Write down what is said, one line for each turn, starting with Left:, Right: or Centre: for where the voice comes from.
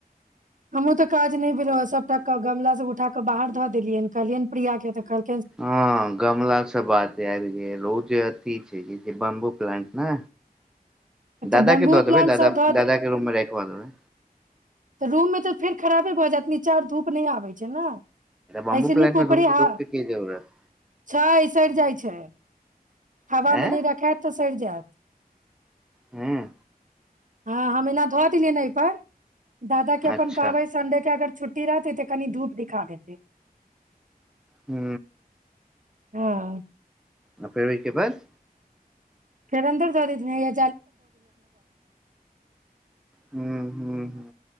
Right: त काज नहि भेलै ओ सब ओतयक गमला सब उठाक बाहर धऽ देलियै कहलियै प्रिया के तऽ कहल
Centre: हँ गमलासँ बाते आ जे रोज अथथि छै ई बम्बू प्लांट ने
Right: तऽ
Centre: दादाके
Right: बम्बुओ
Centre: दऽ
Right: प्लांट
Centre: देबै दादा
Right: सब धऽ दे
Centre: दादाके रूममे राखबा देबै
Right: तऽ रूम मे तऽ फेर खराबे भऽ जायत नचार धूप नहि आबैत छै ने
Centre: बम्बू
Right: ऐसे
Centre: प्लांट
Right: न कपरे
Centre: मे धूप
Right: ह
Centre: धूप के की जरूरत
Right: छ सड़ जाइ छै हावा मने
Centre: ऐं
Right: रायत तऽ सरि जायत
Centre: ह्म
Right: हँ हम एना धोआ दिय ने एहि पर दादा के अपन
Centre: अच्छा
Right: कहबै संडे के अगर छुट्टी रहतै तऽ कनि धूप दिखा देते
Centre: हू
Right: हँ
Centre: न फरवरी के बाद
Right: फेर अन्दर दोड़ देने य
Centre: ह्मँ्म ह्म ह्म